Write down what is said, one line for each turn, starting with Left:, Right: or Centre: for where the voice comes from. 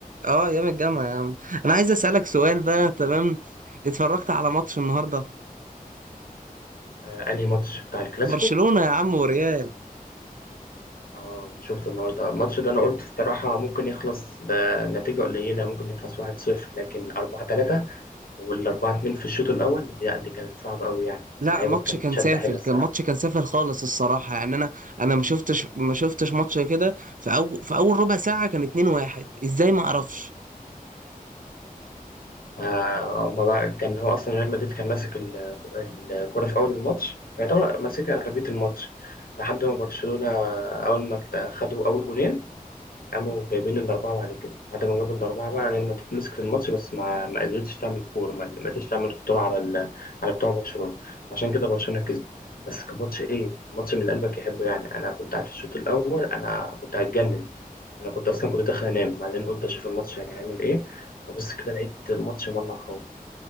Right: اه ايام الجامعه يا عم انا عايز اسالك سؤال بقى تمام اتفرجت على ماتش النهارده
Left: آه انهي ماتش بتاع الكلاسيكو
Right: برشلونه يا عم وريال
Left: اه شفت النهارده الماتش ده انا قلت الصراحه ممكن يخلص بنتيجه قليله ممكن يخلص 1-0 لكن 4-3 وال 4-2 في الشوط الاول لا دي كانت صعبه قوي يعني
Right: لا
Left: اللعيبه
Right: ماتش
Left: كانت
Right: كان
Left: شده
Right: سافل
Left: حيله الصراحه
Right: كان ماتش كان سافل خالص الصراحه يعني انا انا ما شفتش ما شفتش ماتش كده في أو في اول ربع ساعه كان 2-1 ازاي ما اعرفش
Left: آه، هما بقى كان هو اصلا ريال مدريد كان ماسك ال- الكره في اول الماتش يعتبر ماسك اغلبيه الماتش لحد ما برشلونه اول ما خدوا اول جولين قاموا جايبين الأربعة بعد كده بعد ما جابوا الأربعة بقى ريال مدريد مسك في الماتش بس ما ما قدرتش تعمل كورة ما ما قدرتش تعمل خطورة على ال... على بتوع برشلونة عشان كده برشلونة كسب بس كان ماتش إيه كان ماتش من اللي قلبك يحبه يعني أنا كنت قاعد في الشوط الأول أنا كنت هتجنن أنا كنت أصلا كنت داخل أنام بعدين قلت أشوف الماتش هيعمل إيه وبص كده لقيت الماتش مولع خالص